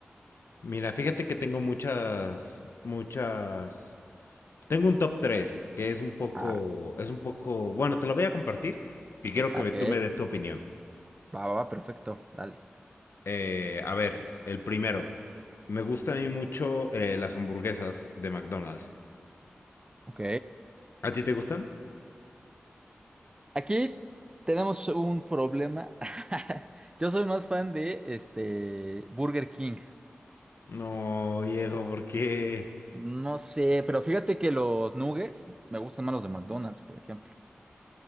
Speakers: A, on the left (about 75°); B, on the right (about 20°).
A: Mira, fíjate que tengo muchas, muchas. Tengo un top 3 que es un poco,
B: Ah,
A: es un poco. Bueno, te lo voy a compartir y quiero
B: ok.
A: que tú me des tu opinión.
B: Va, va, va, perfecto. Dale.
A: Eh, a ver, el primero. Me gustan a mí mucho eh, las hamburguesas de McDonald's.
B: Ok.
A: ¿A ti te gustan?
B: Aquí tenemos un problema. <laughs> Yo soy más fan de este Burger King.
A: No, viejo, ¿por qué?
B: No sé, pero fíjate que los nuggets me gustan más los de McDonald's, por ejemplo.